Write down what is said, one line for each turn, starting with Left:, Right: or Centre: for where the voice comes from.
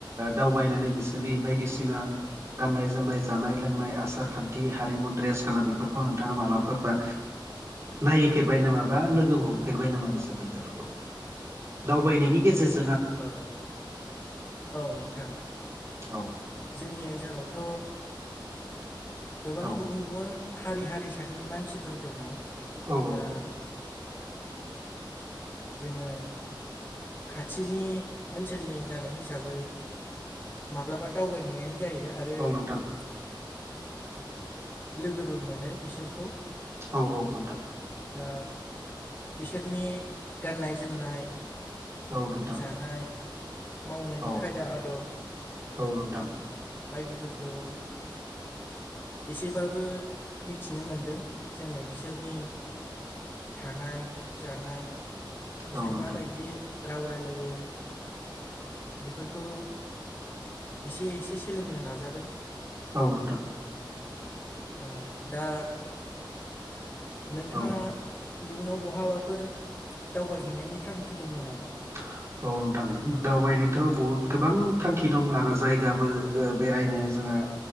Right: दावबायनानै बिसोरनि बायदिसिना गाननाय जोमनाय जानाय लोंनाय आसार खान्थि हारिमु ड्रेस गानना बेफोरखौ नोंथाङा मालाफोरबा नायफेरबाय नामा बा लोगो हमफेरबाय नामा नोंसोर बिफोरखौ? दावबायनायनि गेजेरजों
Left: औ औ नोंथां।
Right: औ
Left: जोंनि ओनसोलावथ' गोबां
Right: औ
Left: गुबुन गुबुन हारि हारिसानि मानसिफोर दङ
Right: औ
Left: दा जोङो खाथिनि ओनसोलनि जानाय हिसाबै माब्लाबा दावबायनायानो जायो आरो आरो
Right: औ नोंथां
Left: लोगोबो मोनो बिसोरखौ
Right: औ औ नोंथां
Left: दा बिसोरनि गाननाय जोमनाय
Right: औ नोंथां
Left: जानाय मावनायनि
Right: औ
Left: खायदा आदब
Right: औ नोंथां
Left: बायदिफोरखौ एसेबाबो मिथिनो मोनदों जोङो बिसोरनि थानाय जानाय बिसोर
Right: औ नोंथां
Left: माबायदि राव रायलायो बेफोरखौ एसे एसे सोलोंनो नाजादों
Right: औ नोंथां
Left: ओ दा नोंथाङा
Right: औ
Left: इयुनाव बहाबाफोर दावबायहैनायनि थांखि दङ नामा?
Right: <unintelligible> औ नोंथां दावबायनोथ' बहुद गोबां थांखि दं आरो जायगाबो ओ बेरायनो जोंहा